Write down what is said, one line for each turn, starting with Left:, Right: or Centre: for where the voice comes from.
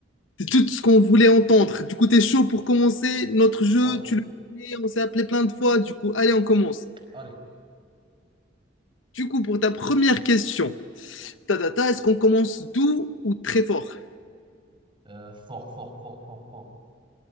Left: C'est tout ce qu'on voulait entendre. Du coup, t'es chaud pour commencer notre jeu,
Right: Allez,
Left: tu le connais, on s'est appelé plein de fois. Du coup, allez, on commence.
Right: allez.
Left: Du coup, pour ta première question, ta, ta, ta, est-ce qu'on commence doux ou très fort?
Right: Euh, fort, fort, fort, fort, fort.